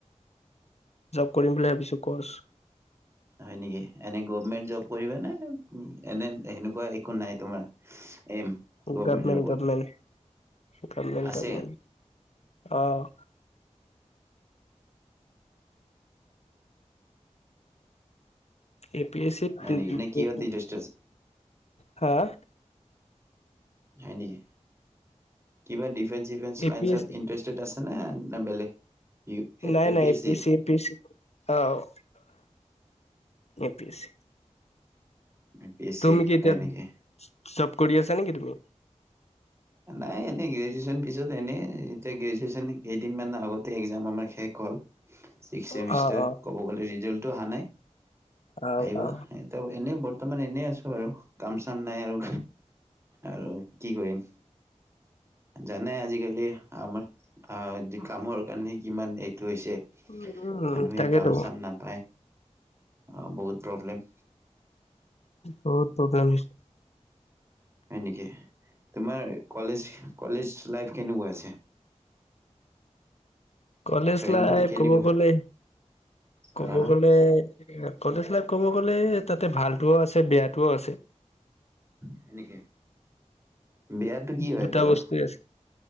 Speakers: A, on the left (about 60°); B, on the right (about 20°).
A: জব কৰিম বুলি ভাবিছো। কৰ্চ
B: হয় নেকি? এনে গভমেন্ট জব কৰিবা নে, এনে সেনেকুৱা একো নাই তোমাৰ? এম গভমেণ্ট
A: গভমেণ্টত
B: জবৰ
A: লম, গভমেণ্টত
B: আছে
A: লম। অ' এ পি এচ চিত <unintelligible>
B: হয় নেকি? নে কিহত ইণ্টাৰেষ্ট আছে?
A: হাঁ
B: হয় নেকি? কিবা ডিফেন্স-চিফেন্স
A: এ
B: লাইনত
A: পি এছ
B: ইণ্টাৰেষ্টেড আছেনে? না বেলেগ ইউ-এ
A: নাই নাই
B: পি
A: A
B: S C?
A: A P S C, অ', A P S C
B: A P S
A: তুমি
B: C
A: কি এতিয়া
B: হয়
A: জ-জব
B: নেকি?
A: কৰি আছা নে কি তুমি?
B: নাই এনেই গ্ৰেজুৱেচ্যন পিছত এনেই, এতিয়া গ্ৰেজুৱচ্যন কেইদিনমান আগতে একজাম আমাৰ শেষ হ'ল। চিক্স
A: অ
B: চেমিষ্টাৰ,
A: অ
B: ক'ব গ'লে ৰিজাল্টটো অহা নাই,
A: অ
B: আহিব।
A: অ
B: ত এনেই বৰ্তমান এনেই আছো বাৰু। কাম-চাম নাই আৰু আৰু কি কৰিম? জানাই আজিকালি আমাৰ আ কামৰ কাৰণে কিমান এইটো হৈছে।
A: উম
B: মানুহে
A: তাকেতো
B: কাম-চাম নাপায়, আ বহুত প্ৰব্লেম।
A: বহুত প্ৰব্লেম হৈ
B: হয় নেকি? তোমাৰ কলেজ-কলেজ লাইফ কেনেকুৱা আছে?
A: <inaudible> কলেজ
B: ফ্ৰেণ্ডবোৰ
A: লাইফ
B: কেনেকুৱা
A: ক'ব গ'লে, ক'ব
B: আহ
A: গ'লে কলেজ লাইফ ক'ব গ'লে, তাতে ভালটোও আছে বেয়াটোও আছে।
B: হয় নেকি? বেয়াটো কি হয়
A: দুটা
B: বাৰু?
A: বস্তুৱে আছে